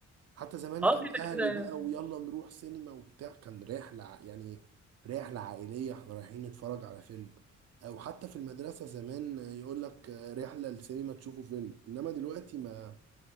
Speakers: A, on the right (about 55°); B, in the centre.
A: حتى زمان
B: اه
A: كان
B: كده
A: اهلي
B: كده يعني.
A: بقى ويلا نروح سينما وبتاع كان رحلة ع- يعني رحلة عائلية احنا رايحين نتفرج على فيلم او حتى في المدرسة زمان يقول لك رحلة السينما تشوفوا فيلم انما دلوقتي ما